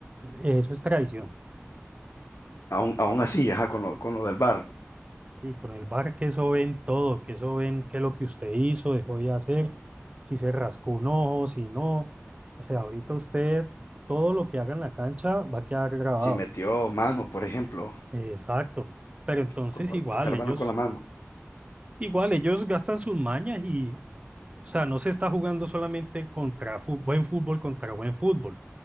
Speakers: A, on the right (about 25°); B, on the left (about 75°).
A: eso es tradición.
B: aún, aún así, ajá, con lo, con lo del VAR.
A: Sí, con el bar que eso ven todo, que eso ven qué es lo que usted hizo, dejó de hacer, si se rascó un ojo, si no. O sea, ahorita usted, todo lo que haga en la cancha va a quedar grabado.
B: Si metió mano, por ejemplo,
A: Exacto. Pero entonces
B: con
A: igual,
B: tocar el
A: ellos,
B: balón con la mano.
A: igual, ellos gastan sus mañas y, o sea, no se está jugando solamente contra fu- buen fútbol contra buen fútbol,